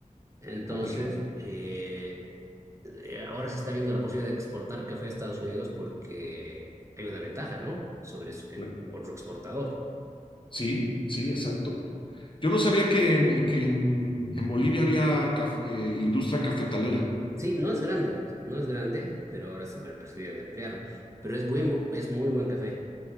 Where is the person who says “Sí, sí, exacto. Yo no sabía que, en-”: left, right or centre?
Left